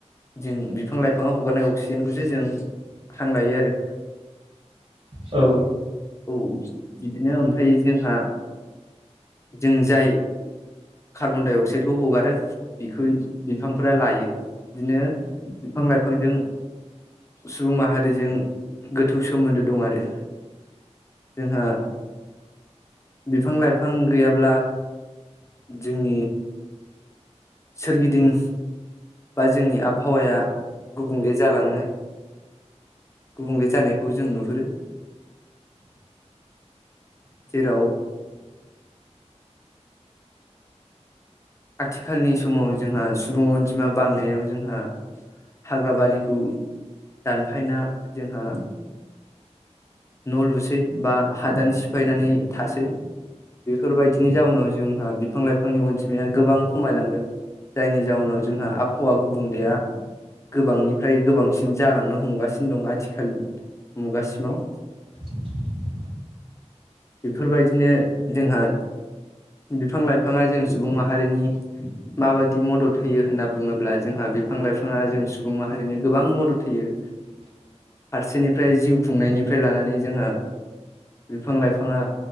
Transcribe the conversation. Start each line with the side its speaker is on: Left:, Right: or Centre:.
Left: जों बिफां लाइफाङाव हगारनाय अक्सिजेनखौसो जों हां लायो आरो
Right: औ
Left: औ बिदिनो ओमफ्राय जोंहा जों जाय कार्बन डाइ अक्साइदखौ हगारो बिखौ बिफांफोरा लायो बिदिनो बिफां लाइफांजों सुबुं माहारिजों गोथौ सोमोन्दो दं आरो जोंहा बिफां लाइफां गैयाब्ला जोंनि सोरगिदिं बा जोंनि आबहावाया गुबुंले जालाङो गुबुंले जानायखौ जों नुहुरो जेराव आथिखालनि समाव जोंहा सुबुं अनजिमा बांनायाव जोंहा हाग्रा बारिखौ दानफायना जोंहा न' लुसै बा हादान सिफायनानै थासै बेफोरबायदिनि जाउनाव जोंहा बिफां लाइफांनि अनजिमाया गोबां खमायलांदों जायनि जाउनाव जोंहा आबहावा गुबुंलेया गोबांनिफ्राय गोबांसिन जालांनो हमगासिनो दं आथिखाल मुगासिमाव
Right: <unintelligible>
Left: बेफोरबायदिनो जोंहा बिफां लाइफाङा जों सुबुं माहारिनि माबायदि मदद होयो होनना बुङोब्ला जोंहा बिफां लाइफाङा जों सुबुं माहारिनो गोबां मदद होयो
Right: <inaudible>
Left: फारसेनिफ्राय जिउ खुंनायनिफ्राय लानानै जोङो बिफां-लाइफाङा